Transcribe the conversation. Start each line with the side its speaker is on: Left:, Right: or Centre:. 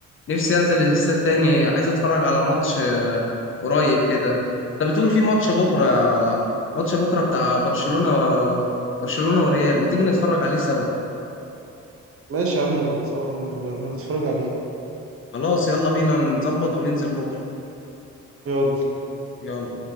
Left: نفسي انزل الاستاد تاني عايز اتفرج على ماتش آه، قريب كده انت بتقول في ماتش بكرة ماتش بكرة بتاع برشلونة و... برشلونة وريال ما تيجي نتفرج عليه سوا
Right: ماشي يا عم نبقى نتصور- نبقى نبقى نتفرج عليه
Left: خلاص يلا بينا نظبط وننزل بكرة
Right: يلا
Left: يلا